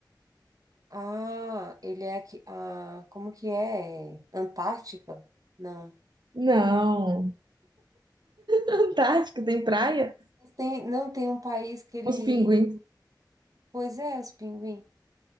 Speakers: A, on the right; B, on the right.
A: Ah, ele é aqui. Ah, como que é? Antártica? Não.
B: Não. Antártica tem praia?
A: Mas Tem, não tem um país que ele.
B: Os pinguins.
A: Pois é, os pinguins.